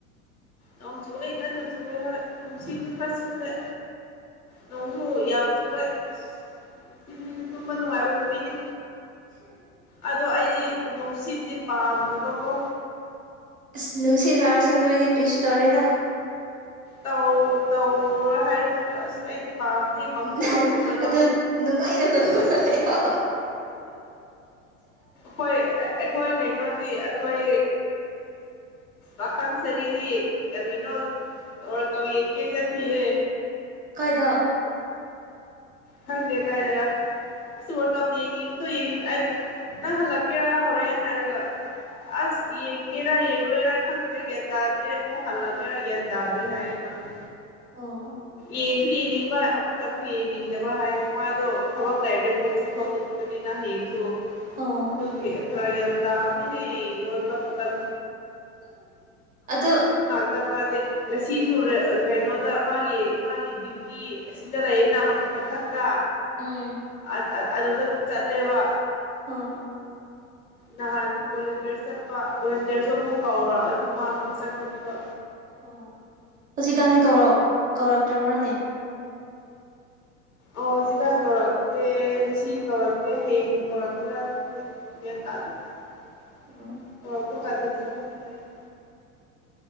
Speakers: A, on the left; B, on the right.
A: ꯅꯣꯡ ꯆꯨꯔ‌ꯦ ꯀꯟꯅ ꯆꯨꯋꯦ ꯍꯣꯏ ꯅꯨꯡꯁꯤꯠꯁꯨ ꯈꯔ ꯁꯤꯠꯂ‌ꯦ ꯅꯣꯡꯁꯨ ꯌꯥꯝ ꯆꯨꯑꯦ ꯑꯁ ꯉꯁꯤꯁꯨ ꯇꯨꯝꯕ ꯅꯨꯡꯉꯥꯏꯕ ꯅꯨꯃꯤꯠꯅꯤ ꯑꯗꯣ ꯑꯩꯗꯤ ꯅꯨꯡꯁꯤꯠ ꯁꯤ ꯄꯥꯝꯗꯕꯀꯣ
B: ꯑꯁ ꯅꯨꯡꯁꯤꯠ ꯂꯥꯛꯑꯁꯨ ꯅꯣꯏꯗꯤ ꯀꯔꯤꯁꯨ ꯇꯧꯔ‌ꯣꯏꯗ
A: ꯇꯧ ꯇꯧꯔ‌ꯣꯏ ꯍꯥꯏꯔꯁꯨ ꯑꯁ ꯑꯩꯗꯤ ꯄꯥꯝꯗꯦ ꯃꯈꯣꯟꯒꯨꯝꯕꯗꯣ
B: ꯎꯝ ꯑꯗꯨ ꯅꯨꯡꯉꯥꯏꯅ ꯇꯧ ꯌ‌ꯣ
A: ꯍꯣꯏ ꯑꯩꯈꯣꯏ ꯀꯩꯅꯣꯗꯤ ꯑꯩꯈꯣꯏ ꯄꯥꯈꯪ ꯆꯔꯤꯗꯤ ꯀꯔꯤꯅꯣ ꯇꯧꯔ ꯇꯧ ꯌꯦꯡꯅꯤꯌꯦ ꯆꯠꯈꯤꯌꯦ
B: ꯀꯥꯏꯗꯥ
A: ꯈꯪꯗꯦ ꯀꯥꯏꯗꯔ ꯑꯁ ꯋꯔꯀꯞ ꯌꯦꯡꯅꯤꯡꯇꯣ ꯌꯦꯡꯅꯤꯡ ꯑꯩꯅ ꯅꯪ ꯍꯜꯂꯛꯀꯦꯔꯥ ꯍꯣꯔꯦꯟ ꯍꯥꯏꯔꯒ ꯑꯁ ꯌꯦꯡꯒꯦꯔꯥ ꯌꯦꯡꯔꯣꯏꯔꯥ ꯈꯪꯗ꯭ꯔꯦ ꯒ꯭ꯌꯥꯟ ꯇꯥꯗ꯭ꯔꯦ ꯑꯃꯨꯛ ꯍꯜꯂꯛꯀꯦꯔꯥ ꯒꯌꯥꯟ ꯇꯥꯗ꯭ꯔꯦ ꯍꯥꯏꯌꯦ ꯃꯥꯗꯣ
B: ꯑꯣ
A: ꯌꯦꯡꯁꯨ ꯌꯦꯡꯅꯤꯡꯕ ꯑꯃꯨꯛꯀꯁꯨ ꯌꯦꯡꯅꯤꯡꯗꯕ ꯕ ꯍꯥꯏꯌꯦ ꯃꯥꯗꯣ ꯊꯕꯛ ꯂꯩꯔꯗꯤ ꯑꯃꯨꯛ ꯆꯠꯊꯣꯛ ꯆꯠꯀꯅꯤꯅ ꯍꯌꯦꯡꯁꯨ
B: ꯑꯣ
A: ꯑꯗꯨꯒꯤ ꯐꯔꯛ ꯌꯥꯝ ꯇꯥꯕꯅꯤꯍꯦ ꯋꯥꯔꯀꯞ ꯃꯇꯝ
B: ꯑꯗꯣ
A: ꯇꯃꯥꯗꯤ ꯉꯖꯤꯖꯨ ꯔꯦ ꯑꯥ ꯀꯩꯅꯣ ꯇ ꯃꯥꯒꯤ ꯃꯥꯒꯤ ꯗ꯭ꯌꯨꯇꯤ ꯑꯁꯤꯗ ꯂꯩꯌꯦꯅ ꯈꯛꯇ
B: ꯎꯝ
A: ꯑ ꯑ ꯑꯗꯨꯗ ꯆꯠꯂꯦꯕ
B: ꯑꯥ
A: ꯅꯍꯥꯟꯖꯨ ꯚꯣꯂꯦꯟꯇꯤꯌꯔꯁ ꯆꯠꯄ ꯚꯣꯂꯦꯟꯇꯤꯌꯔꯁꯨ ꯑꯃꯨꯛ ꯀꯧꯔꯑꯗꯤ ꯃꯥ ꯑꯃꯨꯛ ꯆꯠꯀꯅꯤꯕ
B: ꯑ ꯍꯨꯖꯤꯛꯀꯥꯟꯗꯤ ꯀꯧꯔꯛ ꯀꯧꯔꯛꯇ꯭ꯔꯕ꯭ꯔꯥꯅꯦ
A: ꯑꯣꯖꯤꯒꯥꯟ ꯀꯧꯔꯛꯇꯦ ꯉꯁꯤ ꯀꯧꯔꯛꯇꯦ ꯍꯌꯦꯡ ꯀꯧꯔꯛꯀꯦꯔꯥ ꯈꯪꯗꯦ ꯒ꯭ꯌꯥꯟ ꯇꯥꯗꯦ <unintelligible>
B: ꯎꯝ
A: ꯕꯒꯥꯟꯗ ꯆꯠꯀꯅꯤ ꯍꯥꯏꯌꯦ